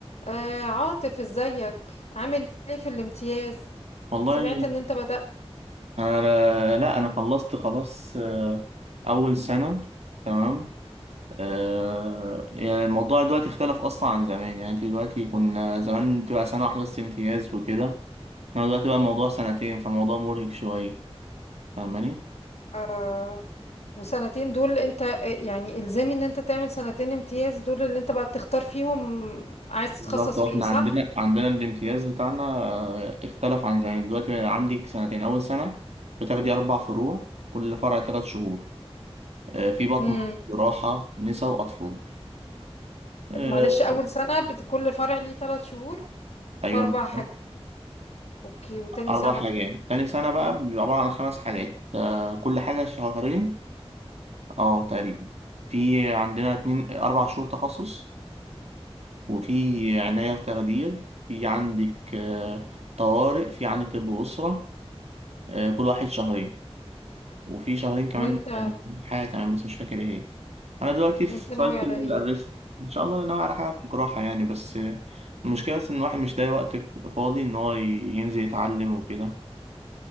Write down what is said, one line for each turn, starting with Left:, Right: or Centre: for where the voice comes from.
Left: آه عاطف ازيك عامل ايه في الامتياز
Right: والله
Left: سمعت ان انت بدأت
Right: انا لا لا، انا خلصت خلاص آه، اول سنه تمام آه، يعني الموضوع دلوقتي اختلف اصلا عن زمان يعني انت دلوقتي كنا زمان بتبقى سنه واحده بس امتياز وكده انا دلوقتي بقى الموضوع سنتين فالموضوع مرهق شويه فاهماني
Left: آه وسنتين دول انت آه، يعني الزامي ان انت تعمل سنتين امتياز دول اللي انت بقى بتختار فيهم عايز
Right: بالظبط
Left: تتخصص
Right: واحنا
Left: في ايه صح
Right: عندنا عندنا الامتياز بتاعنا آه، اختلف عن زمان دلوقتي بقى عندك سنتين اول سنه بتاخدي اربع فروع كل فرع ثلاث شهور آه، في بطن
Left: امم
Right: جراحه نسا واطفال آه،
Left: معلش اول سنة بت- كل فرع ليه ثلاث شهور
Right: ايوه
Left: في اربع
Right: بالظبط
Left: حاجات اوكي وتاني
Right: أربع
Left: سنة
Right: حاجات تاني سنة بقى بيبقى عبارة عن خمس حاجات آه، كل حاجة شهرين اه تقريبا في عندنا اتنين أربع شهور تخصص وفي عناية وتخدير في عندك آه، طوارئ في عندك طب أسرة آه، كل واحد شهرين وفي شهرين
Left: وانت
Right: كمان آه، حاجة كمان بس مش فاكر ايه هي أنا دلوقتي في
Left: وانت ناوي
Right: سايكل
Left: على ايه
Right: الريست إن شاء الله أنا ناوي على حاجة في الجراحة يعني بس آه، المشكلة بس إن الواحد مش لاقي وقت فاضي إن هو ي- ينزل يتعلم وكده